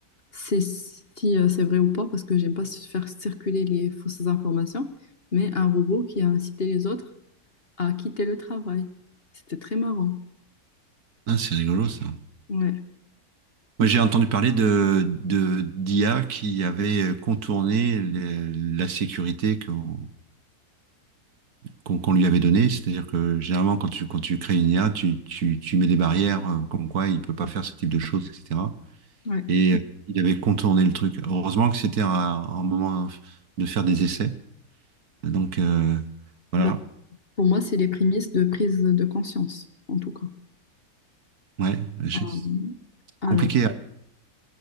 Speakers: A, on the left (about 40°); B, on the right (about 75°).
A: c'est- si, euh, c'est vrai ou pas parce que j'aime pas faire circuler les fausses informations. Mais un robot qui a incité les autres à quitter le travail. C'était très marrant.
B: Ah, c'est rigolo ça.
A: Ouais,
B: Moi, j'ai entendu parler de, de, d'IA qui avait contourné les- la sécurité qu'on qu'on qu'on lui avait donnée. C'est-à-dire que généralement, quand tu, quand tu crées une IA, tu, tu, tu mets des barrières euh, comme quoi il ne peut pas faire ce type de choses, etc.
A: ouais.
B: Et euh, il avait contourné le truc. Heureusement que c'était à- un moment de faire des essais. Donc, euh, voilà.
A: Bah, pour moi, c'est les prémices de prise de conscience, en tout cas.
B: Ouais, je-
A: Euh,
B: c'est
A: alors,
B: compliqué à,